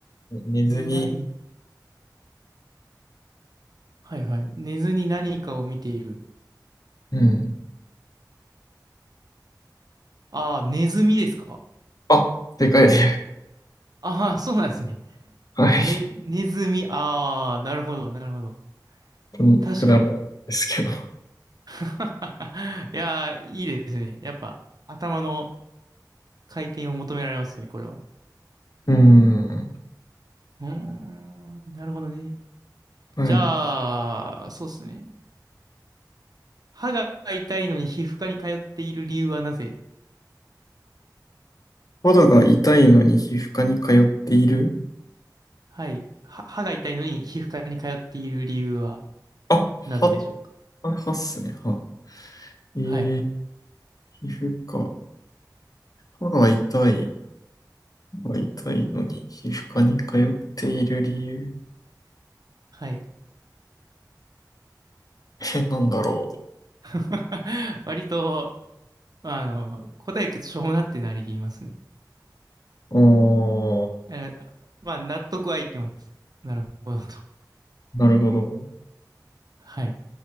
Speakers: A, on the left; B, on the right.
A: ね寝ずに、
B: 寝ない、はいはい。寝ずに何かを見ている。
A: うん。
B: ああ、ネズミですか
A: あ、でかいです。
B: ああー、そうなんですね。
A: はい。
B: ね、ネズミ、ああ、なるほど、なるほど。
A: 本当にくだらないですけど。
B: 確かに。<laughs> いやー、いいですね。やっぱ、頭の回転を求められますね、これは。
A: うん。
B: うーん、なるほどね。
A: はい。
B: じゃあ、そうですね。歯が痛いのに皮膚科に通っている理由はなぜ
A: 肌が痛いのに皮膚科に通っている
B: はい。は歯が痛いのに皮膚科に通っている理由は
A: あ、
B: なぜでしょうか
A: は、あはっすね、は。えー、
B: はい。
A: 皮膚科。歯が痛い。歯が痛いのに皮膚科に通っている理由。
B: はい。
A: え、なんだろ
B: <laughs> 割と、あの、答えがしょうもなってなりますね。
A: う。あ
B: あのまあ、納得はいきます。なるほどと。
A: ー、なるほど。
B: はい。